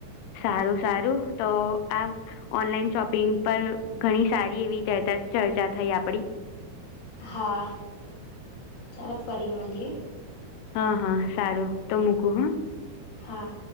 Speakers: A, on the left; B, on the left.
A: સારું સારું તો આમ ઓનલાઈન શોપિંગ પર ઘણી સારી એવી ચર-ચર્ચા થઈ આપડી.
B: હા, ચાલો ફરી મલીએ.
A: હા હા સારું તો મૂકું હ.
B: હા.